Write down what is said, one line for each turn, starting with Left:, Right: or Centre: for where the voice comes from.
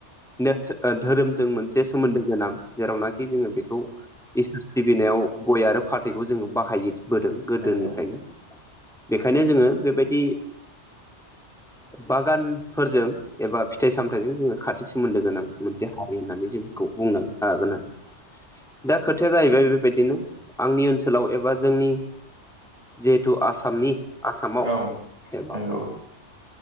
Centre: <unintelligible> ओ धोरोमजों मोनसे सोमोन्दो गोनां। जेरावनाखि जोङो बेखौ इसोर सिबिनायाव गय आरो फाथैखौ जोङो बाहायो। बोदों गोदोनिफ्रायनो
Right: नंगौ
Centre: बेखायनो जोङो बेबायदि बागानफोरजों एबा फिथाइ सामथाइजों जोङो खाथि सोमोन्दो गोनां मोनसे हारि होननानै जोंखौ बुंनो हागोन
Right: <inaudible>
Centre: आरो दा खोथाया जाहैबाय बेबायदिनो आंनि ओनसोलाव एबा जोंनि जिहेथु आसामनि आसामाव
Right: औ
Centre: एबा
Right: नंगौ